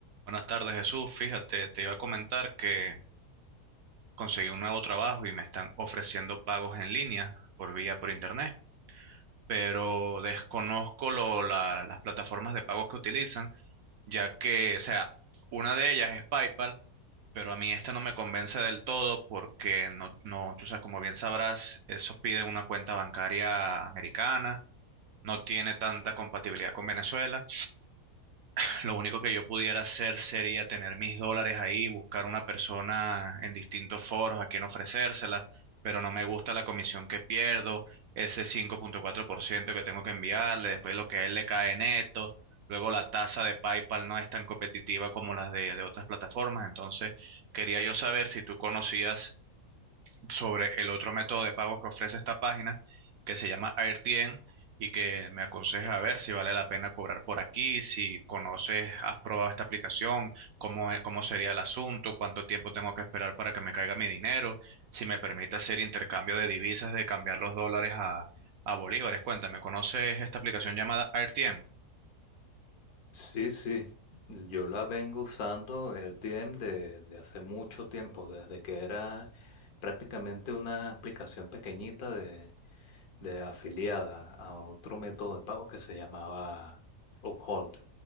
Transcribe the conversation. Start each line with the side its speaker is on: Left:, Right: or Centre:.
Right: Buenas tardes, Jesús. Fíjate, te iba a comentar que conseguí un nuevo trabajo y me están ofreciendo pagos en línea por vía por internet, pero desconozco lo- la- las plataformas de pago que utilizan, ya que, o sea, una de ellas es PayPal, pero a mí esta no me convence del todo porque no, no, tú sabes, como bien sabrás, eso pide una cuenta bancaria americana, no tiene tanta compatibilidad con Venezuela. <laughs> Lo único que yo pudiera hacer sería tener mis dólares ahí, buscar una persona en distintos foros a quien ofrecérsela, pero no me gusta la comisión que pierdo, ese cinco punto cuatro por ciento que tengo que enviarle, después lo que a él le cae neto, luego la tasa de PayPal no es tan competitiva como las de, de otras plataformas, entonces quería yo saber si tú conocías sobre el otro método de pago que ofrece esta página, que se llama AirTien y que me aconseja a ver si vale la pena cobrar por aquí, si conoces, has probado esta aplicación, cómo, e- cómo sería el asunto, cuánto tiempo tengo que esperar para que me caiga mi dinero, si me permite hacer intercambio de divisas, de cambiar los dólares a, a bolívares. Cuéntame, ¿conoces esta aplicación llamada AirTien?
Left: Sí, sí, yo la vengo usando AirTM de, de hace mucho tiempo, desde que era prácticamente una aplicación pequeñita de, de afiliada a otro método de pago que se llamaba Uphold.